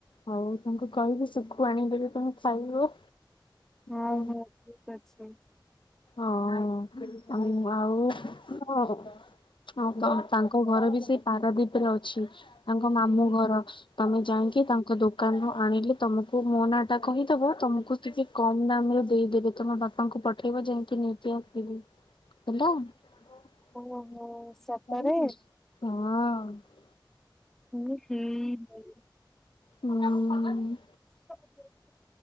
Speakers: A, on the left (about 80°); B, in the centre.
A: ହଉ ହଉ ତାଙ୍କୁ କହିବି ଶୁଖୁଆ ଆଣିଦେବି ତମେକୁ। ହ୍ୟାଲୋ
B: ଆଉ
A: ହଁ
B: ହଉ ଠିକ ଅଛି।
A: ଅଁ ଉଁ ଆଉ ତମେ କଣ କରୁଛ? ହଉ ତଂ ତାଙ୍କ ଘର ବି ସେଇ ପାରାଦୀପରେ ଅଛି। ତାଙ୍କ ମାମୁଁ ଘର। ତମେ ଯାଇକି ତାଙ୍କ ଦୋକାନରୁ ଆଣିଲି ତମକୁ ଙ୍କୁ ମୋ ନାଁ ଟା କହିଦବ ତମକୁ ଟିକେ କମ୍ ଦାମ ରେ ଦେଇଦେବେ ତମ ବାପାଙ୍କୁ ପଠେଇବ ଯେମିତି ସେ ଆସିବେ ହେଲା
B: ଓହୋ
A: ତରକାରୀ
B: ସତରେ
A: ହଁ।
B: ଇଲୋ ହେଇଁ ଲୋ
A: ହୁଁ। ମୁଁ ତାକୁ ପଚାରିବି
B: <inaudible>